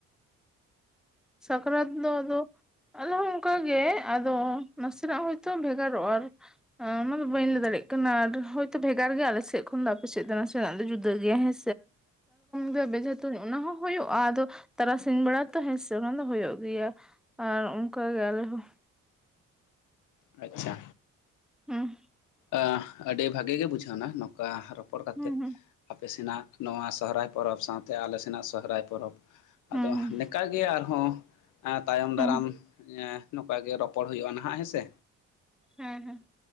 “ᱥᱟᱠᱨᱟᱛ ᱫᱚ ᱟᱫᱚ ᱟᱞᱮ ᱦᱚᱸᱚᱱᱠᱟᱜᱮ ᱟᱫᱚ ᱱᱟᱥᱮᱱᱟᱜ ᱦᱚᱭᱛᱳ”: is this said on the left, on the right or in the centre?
Centre